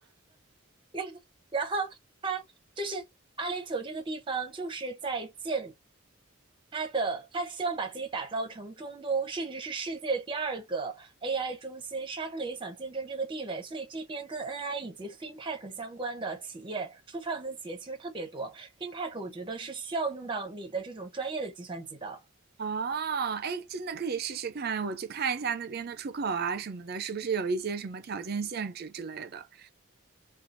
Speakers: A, on the right; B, on the right.
A: <laughs> 然后他就是阿联酋这个地方，就是在建他的他希望把自己打造成中东甚至是世界第二个 AI 中心，沙特也想竞争这个地位，所以这边跟 NI 以及 FinTech 相关的企业、初创型企业其实特别多。FinTech 我觉得是需要用到你的这种专业的计算机的，
B: 哦，哎，真的可以试试看，我去看一下那边的出口啊什么的，是不是有一些什么条件限制之类的？